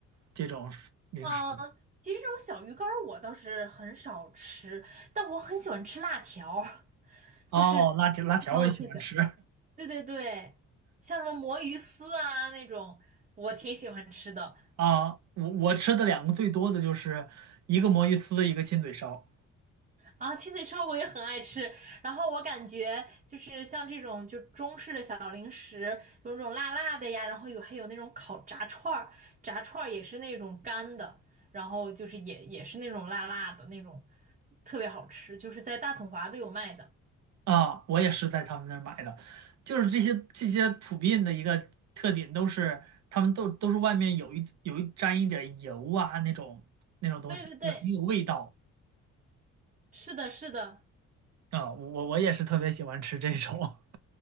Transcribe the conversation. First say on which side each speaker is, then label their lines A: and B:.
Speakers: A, on the right; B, on the right.
A: 这种零食？
B: 嗯，其实这种小鱼干儿我倒是很少吃，但我很喜欢吃辣条。
A: 哦，
B: 就是挺有特色。
A: 辣条辣条我也喜欢吃
B: 对对对，像什么魔芋丝啊那种，我挺喜欢吃的。
A: <laughs> 啊。我我吃的两个最多的就是一个魔芋丝，一个亲嘴烧
B: 啊，亲嘴烧我也很爱吃。然后我感觉就是像这种就中式的小零食，有那种辣辣的呀，然后有还有那种烤炸串儿，炸串儿也是那种干的，然后就是也也是那种辣辣的那种，特别好吃，就是在大统华都有卖的。
A: 啊。我也是在他们那儿买的，就是这些这些普遍的一个特点都是他们都都是外面有一有一沾一点儿油啊那种那种东西，
B: 对对对，
A: 也很有味道
B: 是的，是的。
A: 啊。我我我也是特别喜欢吃这种。